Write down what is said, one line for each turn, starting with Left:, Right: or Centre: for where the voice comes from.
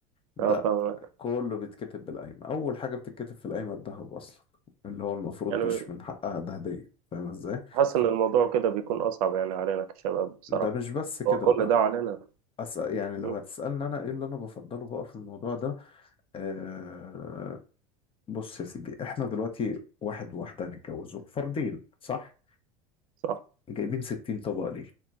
Left: ده
Right: أه فاهمك
Left: كله بيتكتب بالقايمة اول حاجة بتتكتب في القايمة الذهب اصلا اللي هو المفروض
Right: يعني
Left: مش من حقها ده هدية فاهم ازاي
Right: حاسس إن الموضوع كده بيكون أصعب يعني علينا كشباب بصراحة
Left: ده مش بس كده
Right: هو كل
Left: بقى
Right: ده علينا
Left: أس... يعني لو
Right: مم.
Left: هتسألني أنا إيه اللي أنا بفضله بقى في الموضوع ده آه... بص يا سيدي إحنا دلوقتي واحد وواحدة هنتجوزوا فردين صح؟
Right: صح
Left: جايبين 60 طبق ليه؟